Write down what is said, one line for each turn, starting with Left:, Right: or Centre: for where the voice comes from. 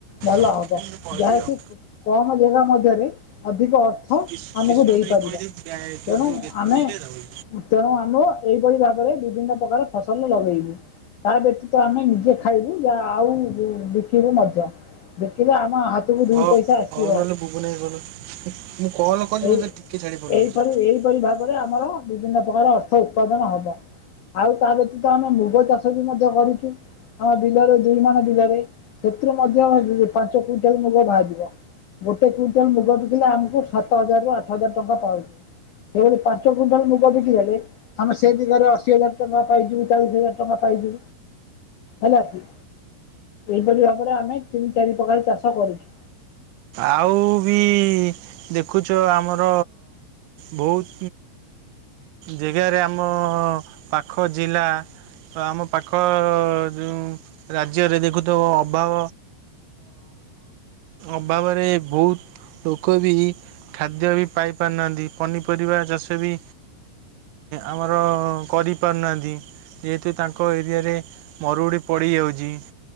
Left: ଭଲ
Right: ଆଉ
Left: ହବ।
Right: ତମେ କହିବି
Left: ଯାହାକି
Right: ଆଉ
Left: କମ ଜାଗା ମଧ୍ୟରେ ଅଧିକ ଅର୍ଥ
Right: କିଶୋର
Left: ଆମକୁ ଦେଇପାରିବା।
Right: ନେଇ କହିଦେବି ବ୍ୟା- ତୁ
Left: ତେଣୁ
Right: ଯୋଉ ଏଥିରୁ
Left: ଆମେ
Right: ଉଠେଇ ଦେବୁ
Left: ତେଣୁ ଆମ ଭାବରେ ବିଭିନ୍ନ ପ୍ରକାର ଫସଲ ଲଗେଇବୁ। ତା ବ୍ୟତୀତ ଆମେ ନିଜେ ଖାଇବୁ। ଯ ଆଉ ବିକିବୁ ମଧ୍ୟ ବିକିଲେ ଆମ ହାତକୁ ଦୁଇ
Right: ହଉ
Left: ପଇସା ଆସିବ।
Right: ହଉ ନହେଲେ ବୁବୁ ନେଇ ଗଲ ମୁଁ କଲ୍ କରିଛି
Left: ଏଇ
Right: ମୋତେ ଟିକିଏ ଛାଡ଼ି ପାରୁନେଉଛି।
Left: ଏହିପରି ଏହିପରି ଭାବରେ ଆମର ବିଭିନ୍ନ ପ୍ରକାର ଅର୍ଥଉ ଉତ୍ପାଦନ ହବ। ଆଉ ତା ବ୍ୟତୀତ ଆମେ ମୁଗ ଚାଷ ବି ମଧ୍ୟ କରିଛୁ। ଆମ ବିଲରେ ଦୁଇ ମଣ ବିଲରେ ସେଥିରୁ ମଧ୍ୟ ପାଞ୍ଚ କୁଇଣ୍ଟାଲ ମୁଗ ବାହାରଯିବ। ଗୋଟେ କୁଇଣ୍ଟାଲ ମୁଗ ବିକିଲେ ଆମକୁ ସାତ ହଜାରରୁ ଆଠ ହଜାର ଟଙ୍କା ପାଉଛି। ସେଭଳି ପାଞ୍ଚ କୁଇଣ୍ଟାଲ ମୁଗ ବିକିଦେଲେ ଆମେ ସେ ଦିଗରେ ଅଶୀ ହଜାର ଟଙ୍କା ପାଇଯିବୁ। ଚାଳିଶ ହଜାର ଟଙ୍କା ପାଇଯିବୁ ହେଲା କି ଏପରି ଭାବରେ ଆମେ ତିନି ଚାରି ପ୍ରକାର ଚାଷ କରୁଛୁ।
Right: ଆଉ ବି ଦେଖୁଛ ଆମର ବହୁତ ଜାଗାରେ ଆମ ପାଖ ଜିଲ୍ଲା ଆମ ପାଖ ଯେଉଁ ରାଜ୍ୟରେ ଦେଖୁଥ ଅଭାବ ଅଭାବରେ ବହୁତ ଲୋକ ବି ଖାଦ୍ୟ ବି ପାଇପାରୁନାହାଁନ୍ତି। ପନିପରିବା ଚାଷ ବି ଆମର କରିପାରୁନାହାଁନ୍ତି। ଯେହେତୁ ତାଙ୍କ ଏରିଆରେ ମରୁଡ଼ି ପଡ଼ିଯାଉଛି